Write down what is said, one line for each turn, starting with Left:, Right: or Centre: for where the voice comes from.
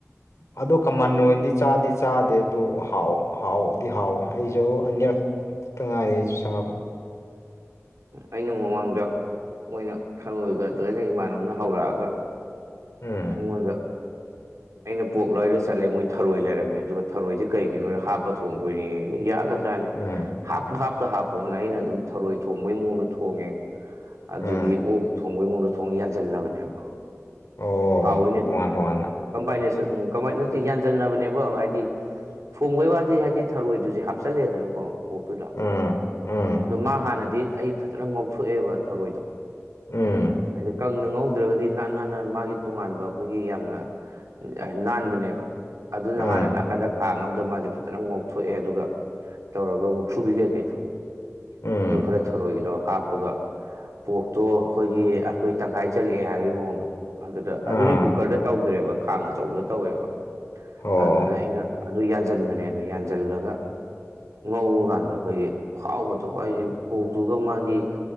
Left: ꯑꯗꯨ ꯀꯃꯟ ꯑꯣꯏꯅꯗꯤ ꯆꯥꯗꯤ ꯆꯥꯗꯦ ꯑꯗꯨ ꯍꯥꯎ ꯍꯥꯎꯗꯤ ꯍꯥꯎꯋꯦ ꯑꯩꯁꯨ ꯑꯅꯤꯔꯛ ꯈꯛꯇ ꯉꯥꯏꯔꯦ ꯑꯩꯁꯨ ꯁꯥꯕ
Right: ꯑꯩꯅ ꯃꯃꯥꯡꯗ ꯃꯣꯏꯅ ꯈꯪꯉꯣꯏꯒ ꯑꯗꯨꯗꯩꯗ ꯏꯃꯥꯟꯅꯕꯅ ꯍꯧꯔꯛꯑꯒ
Left: ꯎꯝ
Right: ꯑꯩꯃꯣꯟꯗ ꯑꯩꯅ ꯄ꯭ꯔꯣꯛ ꯂꯣꯏꯔ ꯆꯠꯂꯦ ꯃꯣꯏ ꯊꯔꯣꯏ ꯂꯩꯔꯝꯃꯦ ꯑꯗꯨꯒ ꯊꯔꯣꯏꯖꯦ ꯀꯩꯒꯤꯅꯣꯗ ꯍꯥꯞꯄ ꯊꯣꯡꯗꯣꯏꯅꯦꯌꯦ ꯑꯩꯅ ꯌꯥꯒꯗ꯭ꯔꯥ ꯇꯥꯅꯤ
Left: ꯎꯝ
Right: ꯍꯥꯞꯄꯨ ꯍꯥꯞꯇ ꯍꯥꯞꯄꯨꯅ ꯑꯩꯅ ꯑꯗꯨꯝ ꯊꯔꯣꯏ ꯊꯣꯡꯕꯩ ꯃꯑꯣꯡꯗ ꯊꯣꯡꯉꯦ ꯑꯗꯨꯗꯒꯤ
Left: ꯎꯝ
Right: ꯑꯣꯛ ꯊꯣꯡꯕꯩ ꯃꯑꯣꯡꯗ ꯊꯣꯡ ꯌꯥꯟꯁꯤꯟꯅꯕꯅꯦꯕ
Left: ꯑꯣ
Right: ꯍꯥꯎꯋꯤꯅꯦ ꯑꯗꯨ
Left: ꯇꯣꯉꯥꯟ ꯇꯣꯉꯥꯟꯅ
Right: ꯀꯝꯕꯥꯏꯅꯦꯁꯟ ꯎꯝ ꯀꯝꯕꯥꯏꯟ ꯅꯠꯇꯦ ꯌꯥꯟꯖꯟꯅꯕꯅꯦꯕ ꯍꯥꯏꯗꯤ ꯊꯣꯡꯕꯩ ꯋꯥꯗꯤ ꯍꯥꯏꯗꯤ ꯊꯔꯣꯏꯗꯨꯗꯤ ꯍꯥꯞꯆꯜꯂꯦꯗꯅꯀꯣ ꯄ꯭ꯔꯣꯛꯇꯨꯗ
Left: ꯎꯝ ꯎꯝ
Right: ꯑꯗꯣ ꯃꯥ ꯍꯥꯟꯅꯗꯤ ꯑꯩ ꯐꯖꯅ ꯉꯧꯊꯣꯛꯑꯦꯕ ꯊꯧꯔꯣꯏꯗꯣ
Left: ꯎꯝ
Right: ꯍꯥꯏꯗꯤ ꯀꯪꯅ ꯉꯧꯗ꯭ꯔꯒꯗꯤ ꯅꯥꯟ ꯅꯥꯟꯅꯥꯟ ꯃꯥꯒꯤ ꯇꯣꯉꯥꯟꯕ ꯑꯈꯣꯏꯒꯤ ꯌꯥꯝꯅ ꯅꯥꯟꯕꯅꯦꯕ ꯑꯗꯨꯅ
Left: ꯑꯥ
Right: ꯍꯥꯟꯅ ꯅꯥꯀꯥꯟꯗ ꯈꯥꯡ ꯑꯝꯗ ꯃꯥꯖꯦ ꯐꯖꯅ ꯉꯣꯛꯊꯣꯛꯑꯦ ꯑꯗꯨꯒ ꯇꯧꯔꯒ ꯃꯨꯛꯊ꯭ꯔꯨꯕꯤ ꯀꯩꯀꯣꯗꯣ
Left: ꯎꯝ
Right: ꯑꯗꯨ ꯈꯔ ꯊꯧꯔꯣꯏꯒꯤꯗꯣ ꯍꯥꯞꯄꯒ ꯄꯣꯛꯇꯣ ꯑꯈꯣꯏꯒꯤ ꯑꯈꯣꯏ ꯇꯪꯈꯥꯏ ꯆꯠꯂꯛꯑꯦ ꯍꯥꯏꯕꯒꯤ ꯃꯑꯣꯡꯗꯣ ꯑꯗꯨꯗ
Left: ꯑꯥ
Right: ꯑꯗꯨꯗꯤ ꯀꯨꯛ ꯀꯨꯀꯔꯗ ꯇꯧꯗ꯭ꯔꯦꯕ ꯈꯥꯡ ꯑꯆꯧꯕꯗ ꯇꯧꯋꯦꯕ
Left: ꯑꯣ
Right: ꯑꯗꯨꯗ ꯑꯩꯅ ꯑꯗꯨ ꯌꯥꯟꯖꯟꯕꯅꯦꯕ ꯌꯥꯟꯖꯤꯜꯂꯒ ꯉꯧꯕ ꯀꯥꯟꯗ ꯑꯩꯈꯣꯏꯒꯤ ꯍꯥꯎꯕꯗꯣ ꯍꯥꯏꯌꯤ ꯄꯣꯛꯇꯨꯒ ꯃꯥꯒꯤ